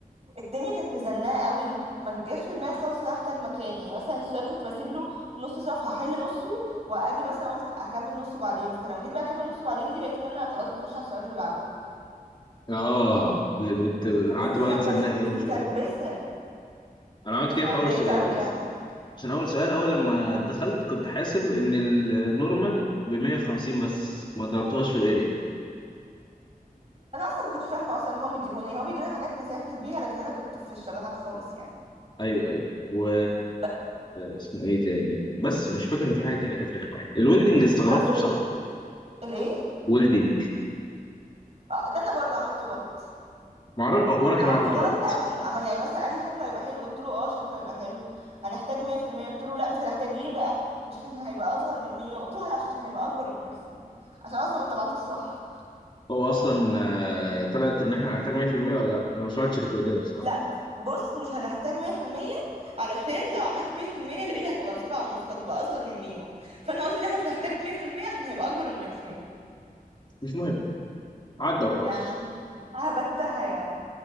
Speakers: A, on the right (about 45°); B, on the left (about 30°).
A: الدنيا كانت مزنقه قوي ما كنت ما جاش في دماغي خالص ان انا احتاج مكان يعني مثلا السؤال كنت بسيب له نص صفحه احل نصه واجي مثلا قلت هكمل نصه بعدين فلما جيت بقى اكمل نصه بعدين دي لقيت ان انا خلاص بخش على السؤال اللي بعده
B: اه وت- قعدت
A: فالدنيا
B: بقى
A: كانت
B: تزنقي
A: متكربسه
B: ومش عارف انا عملت
A: فاتضايقت
B: كده في اول سؤال
A: قوي يعني
B: بس عشان اول سؤال اول لما دخلت كنت حاسب ان النورمال ب 150 بس ما ضربتهاش في الاريا
A: انا اصلا ما كنتش فاهمه اصلا هو مديهوني هو بيدوني حاجات نسهل بيها لكن انا كنت في الشلاحات خالص يعني
B: ايوه ايوه و
A: ب-
B: اسمه ايه تاني بس مش فاكر ان في حاجه تانية كانت رخمه يعني الويلدنج استغربت
A: النظري
B: بصراحه
A: الايه
B: ويلدنج
A: اه ده انا برضه عملته غلط
B: معر... آه، وانا كمان
A: عملته
B: عملت
A: غلط
B: غلط
A: قوي عمل يعني مثلا قال لي شكله هيبقى حلو قلت له اه شكله هيبقى حلو هنحتاج 100% قلت له لا مش هنحتاج ليه بقى مش عشان هيبقى اصغر من المينيمم قلت له عشان هيبقى اكبر من الماكسيمم عشان اصلا ما طلعتوش صح
B: هو اصلا آه، طلعت ان احنا هنحتاج 100% ولا لا انا ما سمعتش الريكوردات بصراحه
A: لا بص مش هنحتاج 100% علشان لو عملت 100% القله هتبقى بسبعة ونص فهتبقى اصغر من المينيمم فانا قلت ان احنا مش هنحتاج 100% عشان هيبقى اكبر من الماكسيمم
B: مش مهم عدى وخلاص
A: يعني هبتها يعني